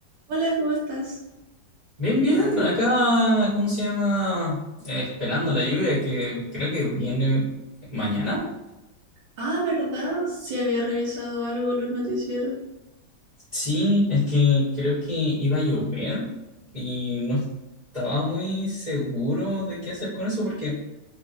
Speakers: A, on the right; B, on the right.
A: Hola, ¿cómo estás?
B: Bien, bien, acá, ¿cómo se llama? Eh, esperando la lluvia que creo que viene mañana.
A: Ah, ¿verdad? Sí había revisado algo en los noticieros.
B: Sí, es que creo que iba a llover y no estaba muy seguro de qué hacer con eso porque